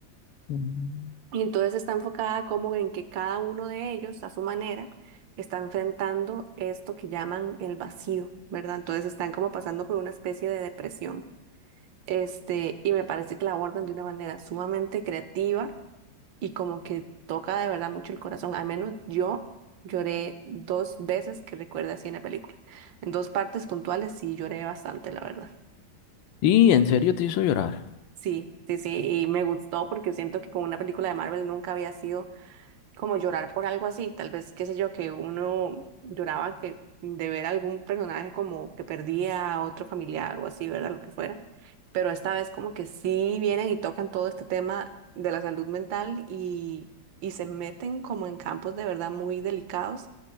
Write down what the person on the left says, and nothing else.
Mm.
Y en serio te hizo llorar.